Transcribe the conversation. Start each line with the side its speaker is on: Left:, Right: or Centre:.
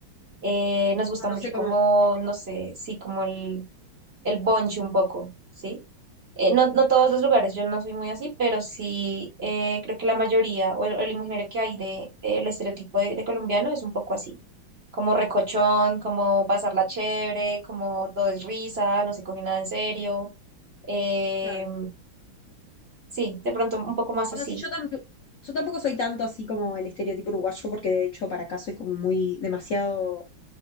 Right: Eh, nos gusta
Left: No
Right: mucho
Left: sé
Right: como,
Left: cómo,
Right: no sé, sí, como el, el bonche un poco, ¿sí? Eh, no, no todos los lugares, yo no soy muy así, pero sí eh, creo que la mayoría o el, o el imaginario que hay de, del estereotipo de de colombiano es un poco así como recochón, como pasarla chévere, como todo es risa, no se coge nada en serio. Eh,
Left: claro.
Right: sí, de pronto un poco más
Left: Bueno,
Right: así.
Left: sí, yo, tamp- yo tampoco soy tanto así como el estereotipo uruguayo, porque de hecho para acá soy como muy demasiado,